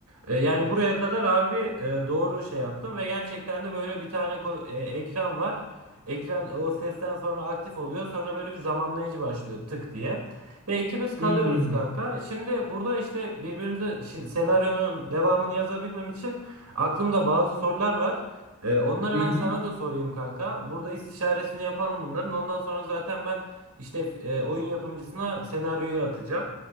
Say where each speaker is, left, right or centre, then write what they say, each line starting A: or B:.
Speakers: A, on the right; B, on the right.
A: E, Yani buraya kadar abi e, doğru şey yaptım ve gerçekten de böyle bir tane ko- e, ekran var. Ekran o sesten sonra aktif oluyor. Sonra böyle bir zamanlayıcı başlıyor tık diye. Ve ikimiz kalıyoruz
B: Hmm.
A: kanka. Şimdi burada işte birbirimize şimdi senaryonun devamını yazabilmem için aklımda bazı sorular var. E, onları
B: Hı
A: ben
B: hı. hı.
A: sana da sorayım kanka. Burada istişaresini yapalım bunların. Ondan sonra zaten ben işte e, oyun yapımcısına senaryoyu atacağım.